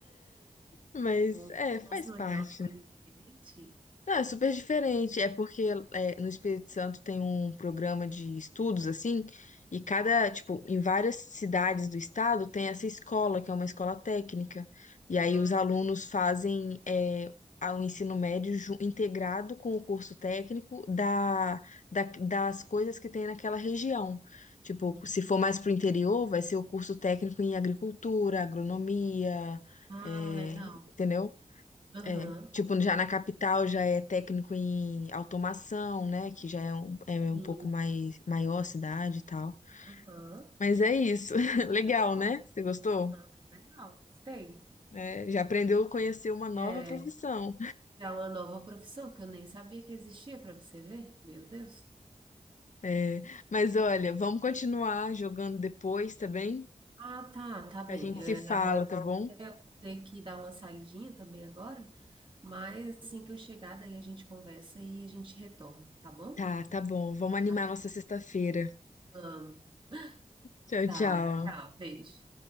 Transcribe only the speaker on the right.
Ó,
Nossa, mas
é uma coisa diferente?
Ah,
nossa,
sim.
Ah,
legal.
Aham,
sim.
Aham.
Ah,
legal.
Aham, bem legal, gostei.
É,
já é uma nova profissão que eu nem sabia que existia, para você ver. Meu Deus.
Ah, tá, tá bem.
É,
agora
eu vou ter que dar uma saidinha também agora, mas assim que eu chegar, daí a gente conversa e a gente retorna, tá bom?
Tá?
Amo.
Tá,
tchau, beijo.